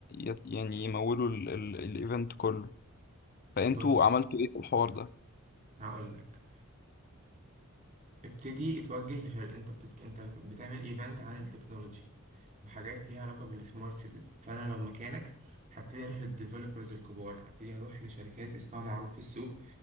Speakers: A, on the left; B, on the right.
A: ي... يعني يمولوا ال... ال... الإيفنت كله فأنتوا
B: بص
A: عملتوا إيه في الحوار ده؟
B: هقول لك ابتدي اتوجه لشرق انت بتتك... انت بتعمل ايفنت عن التكنولوجي وحاجات ليها علاقه بالسمارت سيتيز فانا لو مكانك هبتدي اروح للديفلوبرز الكبار ابتدي اروح لشركات اسمها معروف في السوق